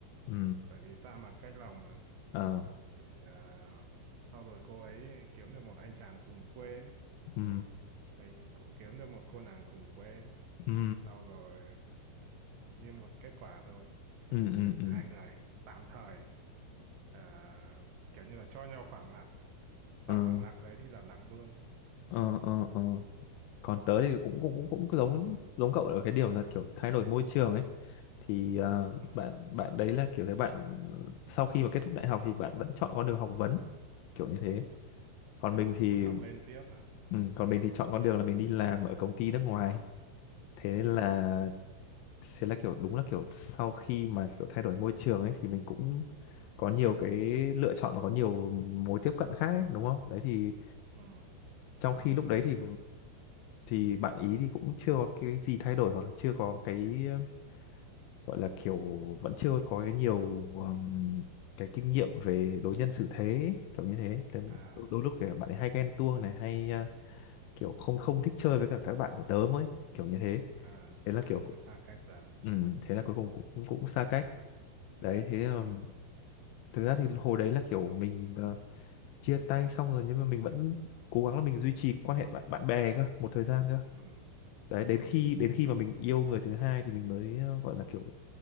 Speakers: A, on the left; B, on the right.
A: Ừ.
B: bởi vì xa mặt cách lòng mà
A: Ờ.
B: thì là sau rồi cô ấy kiếm được một anh chàng cùng quê
A: Ừ.
B: mình cũng kiếm được một cô nàng cùng quê
A: Ừ.
B: sau rồi như một kết quả thôi
A: Ừ. Ừ. Ừ.
B: hai người tạm thời ờ, kiểu như là cho nhau khoảng lặng sau
A: ừ
B: khoảng lặng đấy thì là lặng luôn
A: ờ ờ ờ còn tớ thì cũng cũng cũng cũng giống giống cậu ở cái điều là kiểu thay đổi môi trường ấy thì ờ,
B: ừ.
A: bạn bạn đấy là kiểu cái bạn sau khi mà kết thúc đại học thì bạn vẫn chọn con đường học vấn kiểu như thế còn
B: à
A: mình thì
B: muốn học lên tiếp à
A: ừ, còn mình thì chọn con đường là mình đi làm ở công ty nước ngoài thế nên
B: Ờ,
A: là thế là kiểu đúng là kiểu sau khi mà kiểu thay đổi môi trường ấy thì mình cũng có nhiều cái lựa chọn và có nhiều mối tiếp cận khác ấy đúng không đấy thì
B: ừ.
A: trong khi lúc đấy thì thì bạn ý thì cũng chưa có cái gì thay đổi hoặc là chưa có cái ờ, gọi là kiểu vẫn chưa có cái nhiều ừm, cái kinh nghiệm về đối nhân xử thế ấy, kiểu như thế Thế
B: à
A: đôi, đôi lúc thì bạn ấy hay ghen tuông này hay ờ, kiểu không không thích chơi với cả các bạn của tớ ấy kiểu như thế
B: à
A: thế là
B: sau
A: kiểu
B: nó cứ xa cách dần
A: ừm, thế là cuối cùng cũng cũng,
B: ừ.
A: cũng xa cách đấy thế ừm,
B: Ừ.
A: thực ra thì hồi đấy là kiểu mình ờ, chia tay xong rồi nhưng mà mình vẫn cố gắng là mình duy trì quan hệ bạn bạn bè cơ một thời gian cơ
B: Ừ.
A: đấy đến
B: Ừ.
A: khi đến khi mà mình yêu người thứ hai thì mình mới ờ, gọi là kiểu